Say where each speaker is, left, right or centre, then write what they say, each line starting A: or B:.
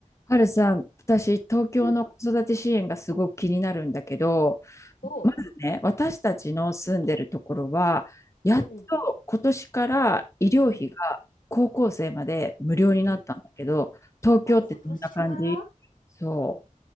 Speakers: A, on the left (about 20°); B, on the left (about 75°).
A: はるさん、私、東京の子育て支援がすごく気になるんだけど、
B: うん。おう。
A: まずね、私たちの住んでるところは、やっと今年から医療費が高校生まで無料になったんだけど、
B: うんうん。うん。うん。
A: 東京ってどんな感じそ
B: あ、今年から